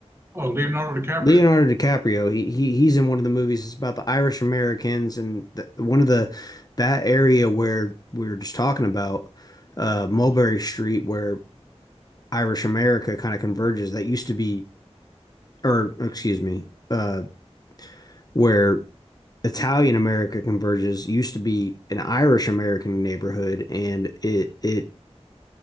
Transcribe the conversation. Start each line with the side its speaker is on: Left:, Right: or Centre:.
Right: Oh, Leonardo DiCaprio.
Left: Leonardo DiCaprio, he, he he's in one of the movies. It's about the Irish Americans and th one of the that area where we were just talking about, uh, Mulberry Street, where Irish America kind of converges. That used to be, or excuse me, uh, where Italian America converges used to be an Irish American neighborhood, and it it